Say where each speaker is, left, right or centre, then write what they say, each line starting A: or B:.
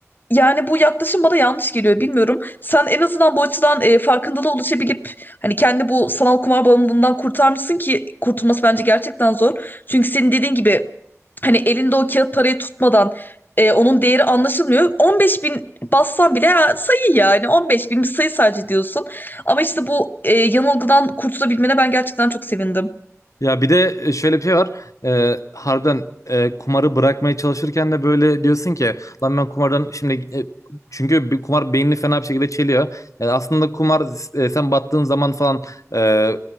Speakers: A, on the left; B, on the left.
A: Yani bu yaklaşım bana yanlış geliyor bilmiyorum. Sen en azından bu açıdan e, farkındalığa ulaşabilip hani kendi bu sanal kumar bağımlılığından kurtarmışsın ki kurtulması bence gerçekten zor. Çünkü senin dediğin gibi hani elinde o kağıt parayı tutmadan e, onun değeri anlaşılmıyor. 15 bin bassan bile ha, sayı yani 15 bin bir sayı sadece diyorsun. Ama işte bu e, yanılgıdan kurtulabilmene ben gerçekten çok sevindim.
B: Ya bir de e, şöyle bir şey var. Ee, harbiden e, kumarı bırakmaya çalışırken de böyle diyorsun ki lan ben kumardan şimdi e, çünkü bir kumar beynini fena bir şekilde çeliyor. Yani aslında kumar e, sen battığın zaman falan e,